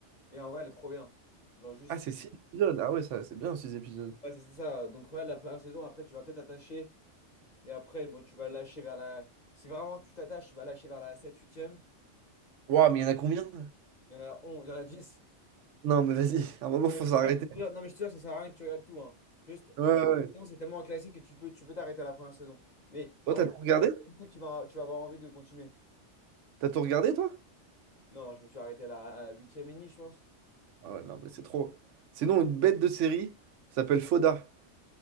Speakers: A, on the left; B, on the right.
A: et en vrai, elle est trop bien. Genre juste...
B: Ah, c'est 6
A: c'est-
B: épisodes. Ah ouais, ça, c'est bien, 6 épisodes.
A: Ouais, c'est c'est ça. Donc regarde la première saison, après, tu vas peut-être t'attacher, et après, bon, tu vas lâcher vers la... Si vraiment tu t'attaches, tu vas lâcher vers la 7 huitième
B: Waouh, mais il y en a combien?
A: Il y en a 11 il y en a dix
B: Non, mais vas-y, <laughs> à un moment,
A: Non,
B: faut
A: mais je te
B: s'arrêter.
A: jure, je te jure- non, mais je te jure que ça sert à rien que tu regardes tout, hein. Juste,
B: Ouais, ouais.
A: la première
B: ouais.
A: saison, c'est tellement un classique que tu peux tu peux t'arrêter à la première saison. Mais
B: Toi,
A: en
B: t'as
A: vrai,
B: tout regardé?
A: tu sais que tu vas, tu vas avoir envie de continuer.
B: T'as tout regardé, toi?
A: Non, je me suis arrêté à la 8 e et demie, je pense.
B: Ah ouais, non, mais c'est trop. Sinon, une bête de série ça s'appelle Foda.